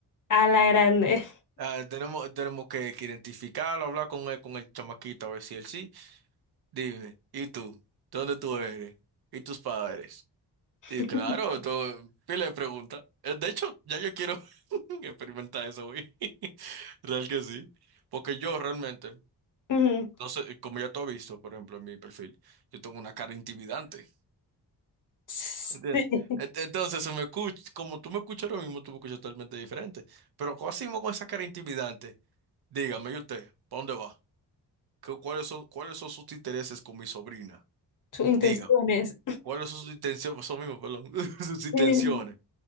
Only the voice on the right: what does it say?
Ah, tenemos, tenemos que, que identificarlo, hablar con él, con el chamaquito, a ver si él sí. Dime, ¿y tú? ¿De dónde tú eres? ¿Y tus padres?
Y claro, todo, pila de preguntas. Eh, De hecho, ya yo quiero <laughs> experimentar eso hoy. <laughs> Real que sí. Porque yo realmente,
no sé, como ya tú has visto, por ejemplo, en mi perfil, yo tengo una cara intimidante.
¿Entiendes? Ent- Entonces, se me escucha, como tú me escuchas ahora mismo, tú me escuchas totalmente diferente. Pero, ¿cómo hacemos con esa cara intimidante? Dígame, ¿y usted? ¿Para dónde va? ¿Cu- ¿Cuáles son, cuáles son sus intereses con mi sobrina?
Dígame. ¿Cuáles son sus intenciones? Son mismos, perdón. <laughs> Sus intenciones.